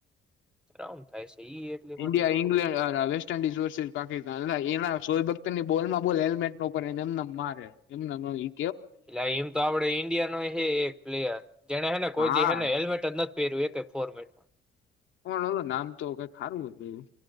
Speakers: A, in the centre; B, on the left (about 75°).
A: આમ થાય છે. ઈ એટલી મને
B: ઇન્ડિયા
A: નથી ખબર
B: ઇંગ્લેન્ડ અહ આવેસ્ટ તેનઇન્ડિશ વરસીસ પાકિસ્તાન અલા એના સોયેબખ્તરની બોલમાં બોલ હેલ્મેટ ઉપરને એમ નેમ મારે એમ નેમ ઈ
A: એટલા એમ તો આપડે ઈન્ડિયાનો એ હે એક પ્લેયર જેને હેને કોઈ
B: હા
A: દી હેલ્મેટ જ નથ પેર્યું એકે ફોર્મેટમાં.
B: કોણ ઓલો નામ તો કઈ હારું હતું એવું.